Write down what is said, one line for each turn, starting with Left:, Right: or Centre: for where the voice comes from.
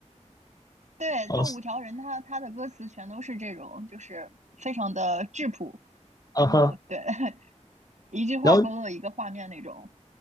Right: 对，
Left: 哦。
Right: 他五条人他他的歌词全都是这种，就是非常的质朴，
Left: 啊哈，
Right: 然后对，<laughs> 一句话勾勒一个画面那种，
Left: 然后